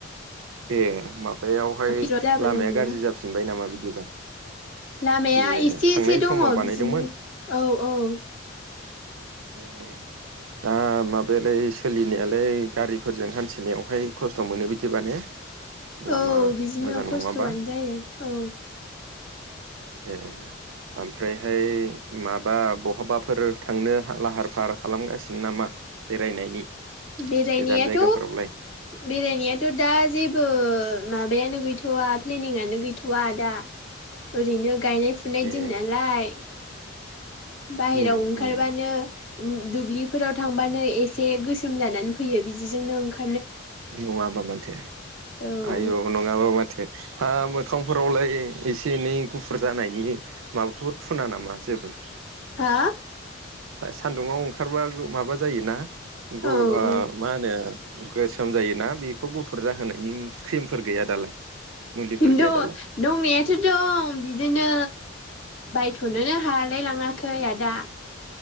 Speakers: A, on the right; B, on the left.
A: ए माबायावहाय
B: गिदिर जाबोदोंमोन
A: लामाया गाज्रि
B: ना
A: जाफिनबाय नामा बिदिबा
B: लामाया
A: ए
B: एसे
A: थांनाय
B: एसे दङ
A: समाव बानायदोंमोन?
B: बिदिनो औ -औ
A: <inaudible> दा माबायालाय सोलिनायालाय गारिफोरजों हान्थिनायावहाय खस्थ' मोनो बिदिबाने लामा
B: औ बिदिनो
A: मोजां
B: खस्थ'आनो
A: नङाबा
B: जायो औ
A: ए ओमफ्रायहाय माबा बहाबाफोर थांनो लाहार - फाहार खालामगासिनो नामा बेरायनायनि
B: बेरायनायाथ'
A: गोजान जायगाफोरावलाय
B: बेरायनायाथ' दा जेबो माबा माबायानो गैथ'वा प्लेनिंनो गैथ'वा दा ओरैनो गायनाय फुनाय
A: ए
B: दिन नालाय बाहेराव
A: उम उम
B: ओंखारबानो दुब्लिफोराव थांबानो एसे गोसा जानानै फैयो बिदिजोंनो ओंखा
A: नङाबा माथो
B: औ
A: आयु नङाबा माथो हा मो मोखांफोरावलाय एसे - एनै गुफुर जानायनि माबाफोर फुना नामा जेबो
B: हा
A: सान्दुुं आव ओंखारबा माबा जायोना
B: औ
A: ओ
B: औ
A: मा होनो गोसोम जायोना बेखौ गुफुर जाहोनायनि क्रिमफोर गैया दालाय मुलिफोर
B: खिन्थु
A: गैया दालाय
B: दंनायाथ' दं बिदिनो बायथ'नोनो हालाय लाङाखै आदा